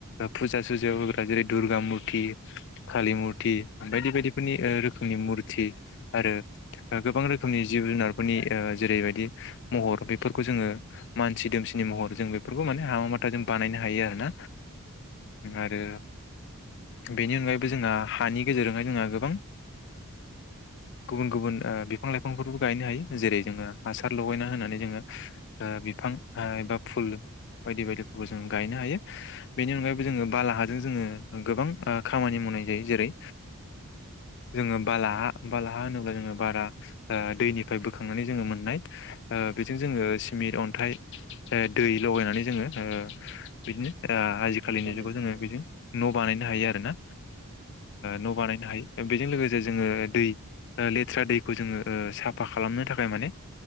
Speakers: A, on the left; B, on the right.
A: फुजा सुजायाव होग्रा जेरै दुर्गा मुरथि कालि मुरथि बायदि बायदिफोरनि रोखोमनि मुरथि आरो गोबां रोखोमनि जिब- जुनारफोरनि जेरैबायदि महर बेफोरखौ जोङो मानसि दोमसिनि महर जों बेफोरखौ माने हाबा माथा जों बानायनो हायो आरोना आरो बेनि अनगायैबो जोंहा हानि गेजेरजोंहाय जोंहा गोबां गुबुन- गुबुन बिफां - लाइफांफोरबो गायनो हायो जेरै जोङो हासार लगायना होनानै जोङो बिफां एबा फुल बायदि बायदिफोरखौ जों गायनो हायो बेनि अनगायैबो जोङो बाला हाजों जों जोङो गोबां खामानि मावनाय जायो जेरै जोङो बाला हा बालाहा होनोब्ला जोङो बारा दैनिफ्राय बोखांनानै जोङो मोननाय बेजों जोङो सिमेन्ट अन्थाइ दै लगायनानै जोङो बिदिनो आजिखालिनि
B: न' बानायनो
A: जुगाव जोङो
B: हायो
A: बि न' बानाय ह आरोना
B: आरो
A: न' बानायनो हायो बेजों लोगोसे जोङो दै लेथ्रा दै खौ जोङो साफा खालामनो थाखाय माने